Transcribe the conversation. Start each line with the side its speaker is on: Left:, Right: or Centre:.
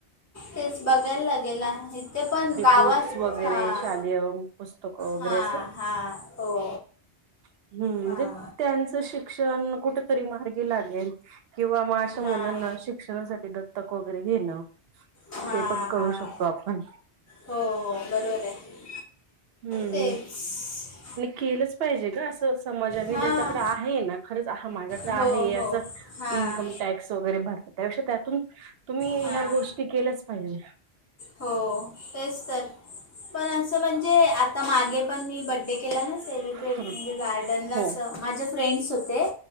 Left: तेच बघायला लागेलं आहेत ते पण गावात
Right: बुक्स वगैरे
Left: हा.
Right: शालेय पुस्तकं वगैरे
Left: हा
Right: असं
Left: हा हो
Right: हम्म
Left: हां
Right: म्हणजे त्यांनच शिक्षण कुठं तरी मार्गी लागेल. किंवा मग अशा मुलांना
Left: हां
Right: शिक्षणासाठी दत्तक वगैरे घेणं.
Left: हां
Right: ते पण करू
Left: हां
Right: शकतो आपण.
Left: हो हो बरोबर आहे.
Right: हम्म.
Left: तेच
Right: केलंच पाहिजे अगं असं समाजाने
Left: हां
Right: ज्याच्याकडे आहे ना खरच. हा माझ्याकडे
Left: हो
Right: आहे याच
Left: हो हां
Right: इन्कम टॅक्स वगैरे भरतात त्यापेक्षा त्यातून. तुम्ही
Left: हां
Right: ह्या गोष्टी केल्याच पाहिजे.
Left: हो तेच तर पण असं म्हणजे आता मागे पण मी ब. बडे केला ना सेलिब्रेट
Right: हा
Left: म्हणजे गार्डनला
Right: हो
Left: असं माझे फ्रेंड्स होते.